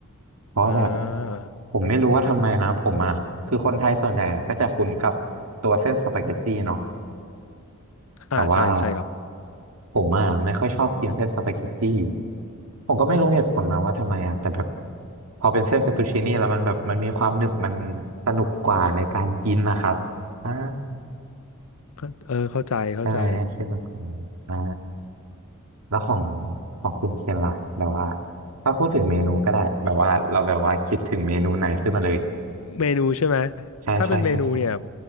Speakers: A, on the right; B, on the left.
A: เพราะแบบ
B: อ่า
A: ผมไม่รู้ว่าทำไมนะผมอ่ะคือคนไทยส่วนใหญ่อะก็จะคุ้นกับตัวเส้นสปาเกตตี้เนาะ แต่ว่า
B: อ่าใช่ใช่ครับ
A: ผมอ่ะไม่ค่อยชอบกินเส้นสปาเกตตี้ผมก็ไม่รู้เหตุผลนะว่าทำไมอ่ะแต่แบบพอเป็นเส้นเฟตตูชินี่แล้วมันแบบมันมีความหนึบมันสนุกกว่าในการกินนะครับใช่
B: เข้าเออเข้าใจเข้าใจ
A: ใช่ไหมเคียนมันของอ่าแล้วของของคุณเคียนล่ะแบบว่าถ้าพูดถึงเมนูก็ได้แบบว่าเราแบบว่าคิดถึงเมนูไหนขึ้นมาเลย
B: เมนูใช่ไหม
A: ใช่ใช่ใช่ใช่
B: ถ้าเป็นเมนูเนี่ย